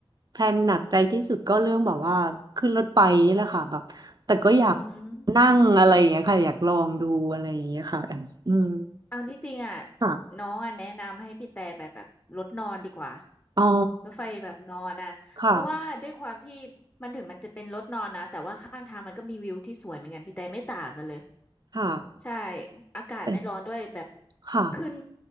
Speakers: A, on the right; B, on the left.
A: แพลนหนักใจที่สุดก็เรื่องแบบว่าขึ้นรถไฟนี่แหละค่ะแบบ แต่ก็อยาก
B: อืม
A: นั่งอะไรอย่างเงี้ยค่ะอยากลองดูอะไรอย่างเงี้ยค่ะแอมอืม
B: เอาที่จริงอ่ะ
A: ค่ะ
B: น้องอ่ะแนะนำให้พี่แต่แบบแบบรถนอนดีกว่า
A: อ๋อ
B: รถไฟแบบนอนอ่ะเพราะว่าด้วยความที่
A: ค่ะ
B: มันถึงมันจะเป็นรถนอนนะแต่ว่าข้างทางมันก็มีวิวที่สวยเหมือนกันพี่แต่ไม่ต่างกันเลย
A: ค่ะ
B: ใช่อากาศไม่ร้อนด้วยแบบ
A: แต่ค่ะ
B: ขึ้น